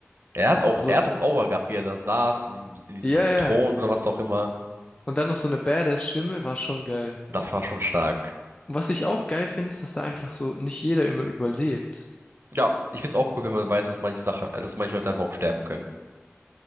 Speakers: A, on the right; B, on the left.
A: Er hat auch,
B: So,
A: er hat auch Aura gehabt, wie er da saß, in diesem, in diesem
B: ja, ja.
A: Thron oder was auch immer.
B: Und dann noch so eine Badass-Stimme war schon geil.
A: Das war schon stark.
B: Und was ich auch geil finde, ist, dass da einfach so nicht jeder immer überlebt.
A: Ja, ich find's auch cool, wenn man weiß, dass manche Sachen, dass manche Leute einfach auch sterben können.